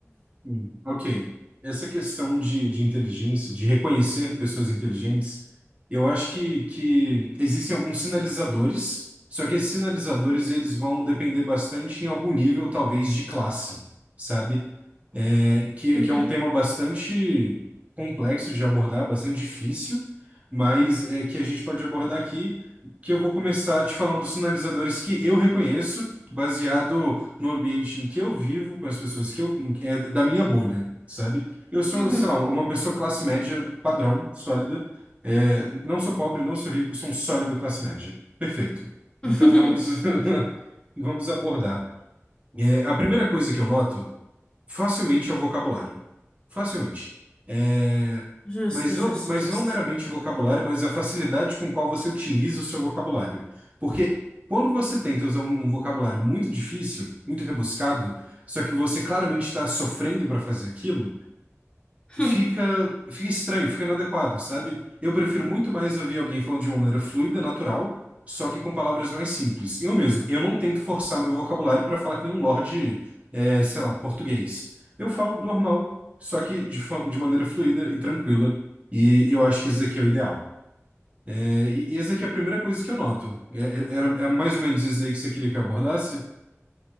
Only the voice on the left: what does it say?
Uhum,
uhum.
<laughs>
Justo,
justo,
justo.
<laughs>